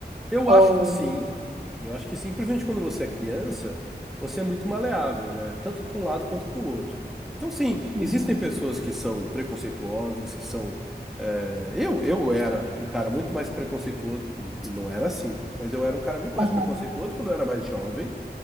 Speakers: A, in the centre; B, on the right (about 35°).
A: eu
B: Ou.
A: acho que sim. Eu acho que sim, principalmente quando você é criança, você é muito maleável, né? Tanto para um lado quanto para o outro. Então, sim,
B: Uhum.
A: existem pessoas que são preconceituosas, que são. eh, Eu, eu era um cara muito mais preconceituoso. N- Não era assim, mas eu era um cara muito mais
B: Aham.
A: preconceituoso quando eu era mais jovem.